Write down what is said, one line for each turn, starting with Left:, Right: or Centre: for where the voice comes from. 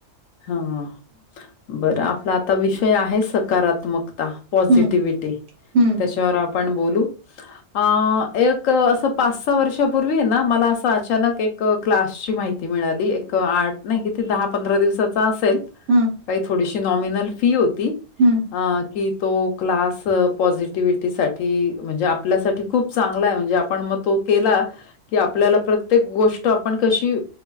Left: हम्म बरं आपला आता विषय आहे सकारात्मकता. पॉझिटिव्हिटी
Right: हम्म हम्म
Left: त्याच्यावर आपण बोलू. आ एक असं पाच सहा वर्षापूर्वी आहे ना मला असं अचानक एक क्लास ची माहिती मिळाली एक आठ नाही किती दहा पंधरा दिवसाचा असे सेल
Right: हम्म
Left: काही थोडीशी नॉमिनल फी होती
Right: हम्म
Left: अं की तो क्लास पॉझिटिव्हिटी साठी म्हणजे आपल्यासाठी खूप चांगला आहे म्हणजे आपण मग तो केला की आपल्याला प्रत्येक गोष्ट आपण कशी